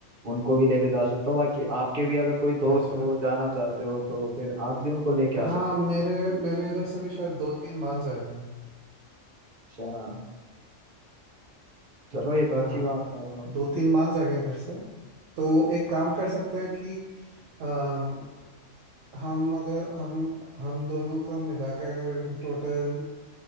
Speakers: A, on the right; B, on the right.
A: उनको भी लेके जा सकता हूँ बाकी आपके भी अगर कोई दोस्त
B: अच्छा
A: हो वो जाना चाहते हो तो फिर आप भी उनको लेके
B: हाँ
A: आ सकते
B: मेरे मेरे इधर से भी शायद दो तीन मान जाएंगे
A: हो अच्छा चलो ये तो अच्छी
B: हाँ
A: बात है मतलब
B: दो तीन मान जाएंगे इधर से तो एक काम कर सकते हैं कि अम, हम अगर हम हम दोनों का मिला के अगर टोटल